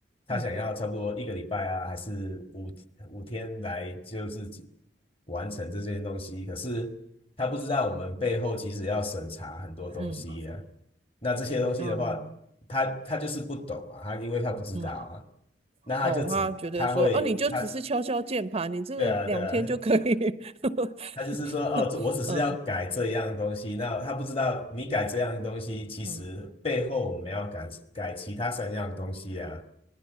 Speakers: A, on the left; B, on the right.
A: 他想要差不多一个礼拜啊，
B: 嗯
A: 还是五五天来就是完成这件东西，可是他不知道我们背后其实要审查很多东西啊，
B: 嗯，
A: 那这些东西的话，
B: 哦
A: 他他就是不懂嘛，他因为他不知道啊，
B: 嗯。
A: 那他就只他会他
B: 哦，他觉得说，哦，你就只是敲敲键盘，你这个两天就可以。
A: 对啊对啊，
B: <laughs>
A: 他就是说，哦，这我只是要改这样东西，
B: 嗯
A: 那他不知道你改这样东西，其实背后我们要改改其他三样东西啊。
B: 嗯